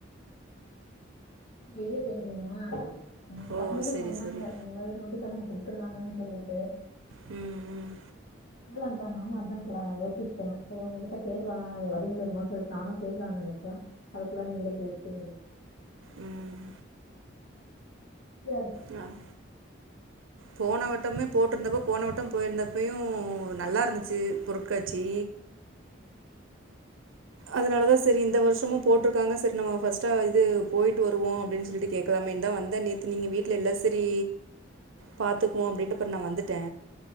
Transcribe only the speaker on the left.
வெளிய போய்ருந்தே ம்
பசங்களு
சொன்னாங்க
இந்த மாதிரி நோட்டீஸ் எல்லா குடுத்துருக்காங்கன் சொல்லிட்டு
<unintelligible> கா நானு அதா கா யோசிச்சே சேரி ஒங்க கிட்ட கேக்லா வரிங்களோ என்னமோ சொல்லி நானு கேட்கலான் நெனச்சே அதுக்குள்ள நீங்களே கேட்டீங்
யாரு